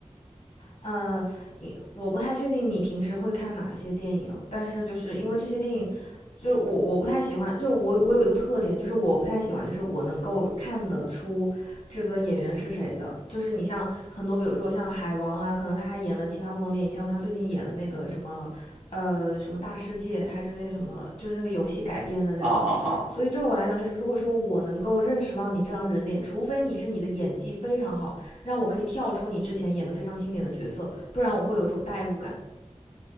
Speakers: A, on the left (about 75°); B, on the right (about 70°).
A: 呃，我不太确定你平时会看哪些电影，但是就是因为这些电影，就是我我不太喜欢，就是我我有一个特点，就是我不太喜欢，就是我能够看得出这个演员是谁的。就是你像很多，比如说像海王啊，可能他还演了其他不同电影，像他最近演了那个什么。呃，什么大世界，还是那个什么，就是那个游戏改编的那个，
B: 啊啊啊！
A: 所以对我来讲，就是如果说我能够认识到你这张人脸，除非你是你的演技非常好，让我可以跳出你之前演的非常经典的角色，不然我会有一种代入感。